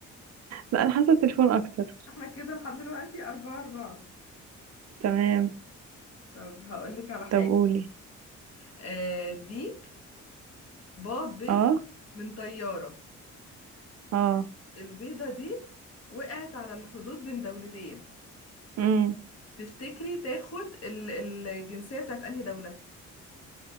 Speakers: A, on the right; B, on the left.
A: لا أنا حاسة التليفون أكتر
B: احنا كده لحد دلوقتي أربعة أربعة
A: تمام
B: طب هقول لك على حاجة
A: طب قولي
B: آه، ديك بيض بيض
A: اه
B: من طيارة
A: اه
B: البيضة دي وقعت على الحدود بين دولتين
A: امم
B: تفتكري تاخد ال- الجنسية بتاعت انهي دولة؟